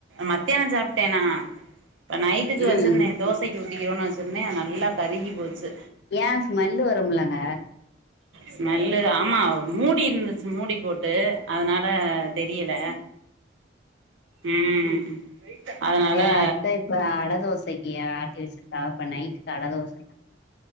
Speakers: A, on the right; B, on the left.
A: மத்தியான் சாப்டேனா இப்ப நைட்டுக்கு வச்சிருந்தே
B: ம்
A: தோச அத்தைக்கு ஊத்திகிருவோன் வச்சிருந்த நல்லா கருகி போச்சு
B: ஏ ஸ்மல்லு வருமுலங்க
A: ஸ்மெல்லு ஆமா மூடி இருந்துச்சு மூடி போட்டு அதனால தெரியல ம் அதனால
B: எங்க அத்த இப்ப அட தோசைக்கு ஆட்டி வெச்சிருதாப்பா இப்ப நைட்டுக்கு அட தோசை